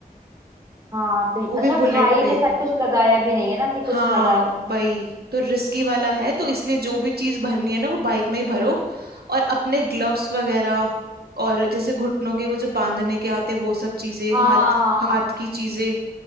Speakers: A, on the right (about 20°); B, on the right (about 85°).
A: हाँ तो
B: वो
A: अच्छा
B: भी बुलेट
A: खाई
B: पे
A: के साइड कुछ लगाया भी नहीं है ना कि कुछ
B: हाँ
A: लगाया
B: वही तो रिस्की वाला है तो इसलिए जो भी चीज भरनी है ना वो बाइक में ही भरो और अपने ग्लव्स वगैरह और जैसे घुटनों के वो जो बांधने के आते हैं वो सब चीजें
A: हाँ
B: हाथ
A: हाँ हाँ हाँ,
B: हाथ
A: हाँ।
B: की चीजें